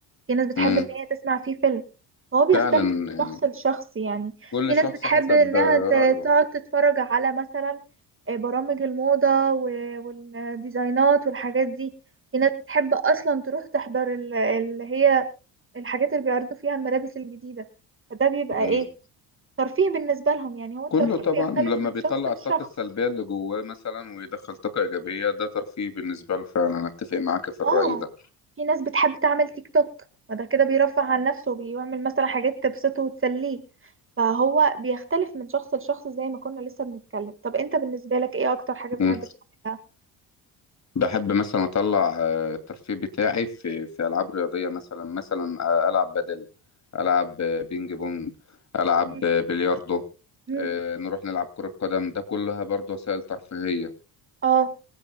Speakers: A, on the right; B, on the left.
A: في ناس بتحب
B: امم
A: ان هي تسمع فيه فيلم هو بيختلف
B: فعلا
A: من
B: يعني
A: شخص لشخص يعني
B: كل
A: في ناس
B: شخص
A: بتحب
B: حسب
A: انها
B: آه،
A: ت-
B: رأيه
A: تقعد تتفرج على مثلا آه، برامج الموضة و- والديزاينات والحاجات دي في ناس بتحب اصلا تروح تحضر ال- اللي هي الحاجات اللي بيعرضوا فيها الملابس الجديدة فده بيبقى
B: امم
A: ايه ترفيه بالنسبة لهم يعني هو الترفيه
B: كله طبعا
A: بيختلف
B: لما
A: من
B: بيطلع
A: شخص لشخص
B: الطاقة السلبية اللي جواه مثلا ويدخل طاقة إيجابية ده ترفيه بالنسبة له فعلا أتفق معاك في الرأي
A: اه
B: ده
A: في ناس بتحب تعمل تيك توك فده كده بيرفه عن نفسه وبيعمل مثلا حاجات تبسطه وتسليه فهو بيختلف من شخص لشخص زي ما كنا لسه بنتكلم طب انت بالنسبة لك ايه اكتر حاجة بتحب
B: امم
A: تعملها
B: بحب مثلا اطلع آه، الترفيه بتاعي في في العاب رياضيه مثلا مثلا آه، العب بدل العب آه، بينج بونج العب
A: مم.
B: آه، بلياردو
A: مم.
B: آه، نروح نلعب كره قدم ده كلها برضو وسائل ترفيهيه
A: اه